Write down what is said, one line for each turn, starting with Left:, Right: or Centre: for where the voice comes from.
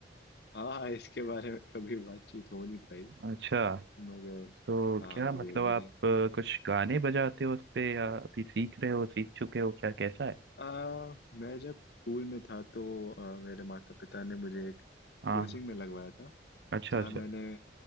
Left: हाँ इसके बारे में कभी बातचीत हो नहीं पाई
Right: अच्छा
Left: मगर
Right: तो
Left: हाँ
Right: क्या मतलब
Left: ये मुझे
Right: आप अ, कुछ गाने बजाते हो उस पे या अभी सीख रहे हो सीख चुके हो क्या कैसा है
Left: आ, मैं जब स्कूल में था तो आ, मेरे माता पिता ने मुझे एक
Right: हाँ
Left: कोचिंग में लगवाया था
Right: अच्छा
Left: जहाँ
Right: अच्छा
Left: मैंने